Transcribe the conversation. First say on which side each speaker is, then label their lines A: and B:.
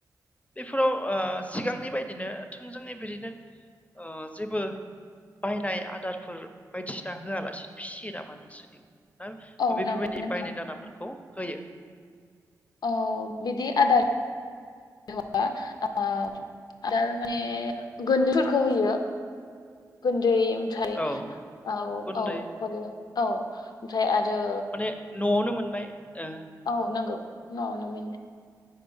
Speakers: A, on the left; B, on the left.
A: बेफोराव ओ सिगांनि बायदिनो थोंजोङै बिदिनो ओ जेबो बायनाय आदारफोर बायदिसिना होआलासिनो फिसियो नामा नोंसोरनियाव
B: औ
A: बेफोरबायदि
B: नंगौ नोंथां
A: बायनाय दानाफोरखौ होयो।
B: औ बिदि आदार <unintelligible> आ आदार माने गुन्दैफोरखौ होयो गुन्दै ओमफ्राय
A: औ
B: औ
A: गुन्दै
B: औ आरो औ ओमफ्राय आरो
A: माने न'आवनो मोननाय ओ
B: औ नंगौ न' नोमेन